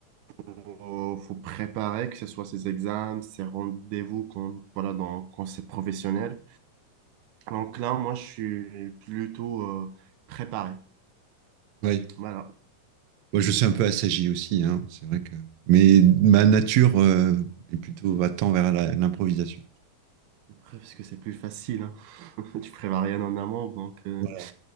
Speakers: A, on the right (about 80°); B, on the right (about 70°).
A: faut, faut préparer, que ce soit ses examens, ses rendez-vous, quand, voilà, dans, quand c'est professionnel. Donc là, moi, je suis plutôt euh, préparé.
B: Ouais.
A: Voilà,
B: Moi, je suis un peu assagi aussi, hein, c'est vrai que. Mais ma nature euh, est plutôt va tend vers la- l'improvisation.
A: Après, parce que c'est plus facile. hein. <laughs> Tu prépares rien en amont, donc euh,
B: Voilà.